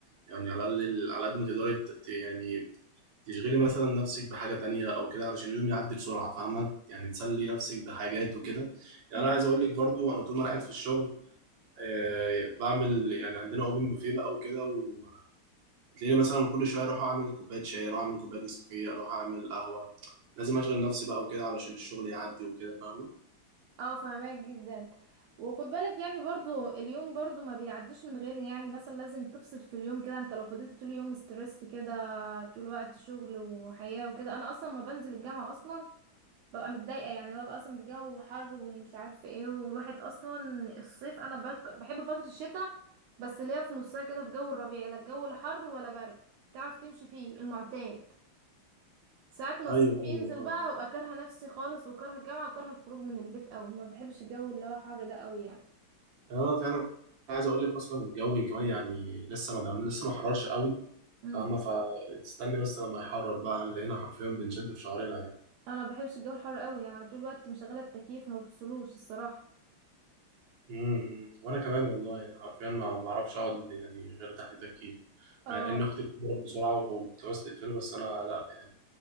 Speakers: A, on the right (about 65°); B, on the right (about 80°).
A: يعني على الاقل على قد ما تقدري ت- ت- يعني تشغلي مثلا نفسك بحاجه تانية او كده علشان اليوم يعدي بسرعه فاهمه يعني تسلي نفسك بحاجات وكده يعني
B: امم
A: انا عايز اقول لك برضو انا طول ما انا قاعد في الشغل آه بعمل يعني عندنا اوبن بوفيه بقى وكده وتلاقيني مثلا كل شويه اروح اعمل كوبايه شاي اروح اعمل كوبايه نسكافيه اروح اعمل قهوه لازم اشغل نفسي بقى وكده علشان الشغل يعدي وكده فاهمه
B: اه فهماك جدا وخد بالك يعني برضو اليوم برضو ما بيعديش من غير يعني مثلا لازم تفصل في اليوم كده انت لو فضلت طول اليوم ستريس كده طول الوقت شغل وحياة وكده انا اصلا ما بنزل الجامعة اصلا ببقى متضايقة يعني ببقى أصلا الجو حر ومش عارفة ايه والواحد أصلا الصيف أنا بك... بحب فترة الشتاء بس اللي هي في نصها كده في جو الربيع لا الجو لا حر ولا برد تعرف تمشي فيه المعتاد ساعات ما الصيف
A: ايوه ايوه
B: ينزل بقى ببقى كارهة نفسي خالص وكارهة الجامعة وكارهة الخروج من البيت قوي ما بحبش الجو اللي هو حر ده قوي يعني
A: اه فعلا انا عايز اقول لك اصلا الجو كمان يعني لسه ما دام لسه ما حررش قوي
B: امم
A: فاما فتستني بس لما يحرر بقى لقينا حرفيا بنشد في شعرنا يعني
B: انا ما بحبش الجو الحر قوي يعني طول الوقت مشغلة التكييف ما بفصلوش الصراحة
A: امم امم. وانا كمان والله يعني حرفيا ما بعرفش اقعد يعني غير تحت التكييف
B: اه
A: مع ان اختي بتضرب بسرعه وبتعوز تقفله بس انا لا يعني